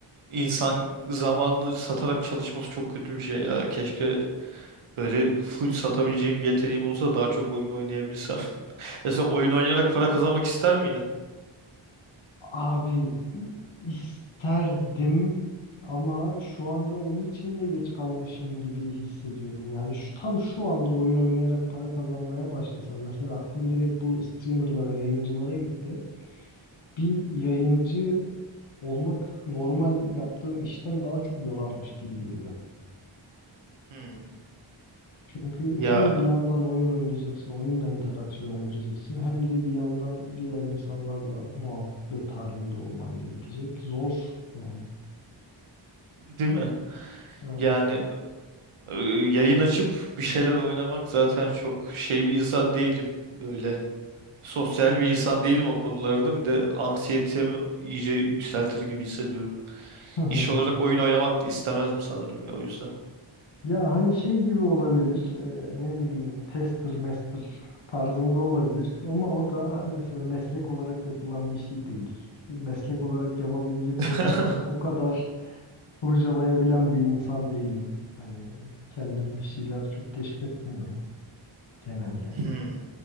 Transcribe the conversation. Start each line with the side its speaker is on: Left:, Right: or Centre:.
Right: İnsan zamanını satarak çalışması çok kötü bir şey ya. Keşke böyle full satabileceğim bir yeteneğim olsa daha çok oyun oynayabilsem. <laughs> Mesela oyun oynayarak para kazanmak ister miydin?
Left: Abi isterdim ama şu anda onun için de geç kalmışım gibi hissediyorum. Yani şu tam şu anda oyun oynayarak para kazanmaya başlasam mesela aklım direkt bu streamerlara, yayıncılara gitti. Bir yayıncı olmak normal yaptığım işten daha çok yorarmış gibi geliyor.
Right: Hmm.
Left: Çünkü
Right: Ya
Left: hem bir yandan oyun oynayacaksın, oyunla interaksiyona gireceksin, hem de bir yandan diğer insanlarla muhabbet halinde olman gerekecek. Zor yani.
Right: değil mi?
Left: Ee,
Right: Yani e, yayın açıp bir şeyler oynamak zaten çok şey bir insan değilim böyle. Sosyal bir insan değilim o konularda. Bir de anksiyetemi iyice yükseltir gibi hissediyorum.
Left: Hı hı.
Right: İş olarak oyun oynamak da istemezdim sanırım ya o yüzden.
Left: Ya hani şey gibi olabilir, e, ne bileyim tester master tarzında olabilir ama o da mesela meslek olarak yapılan bir şey değil. Meslek olarak yapabilecek
Right: <laughs>
Left: olsam da o kadar kurcalayabilen bir insan değilim. Hani kendim bir şeyler çok keşfetmiyorum genelde.
Right: Hmm,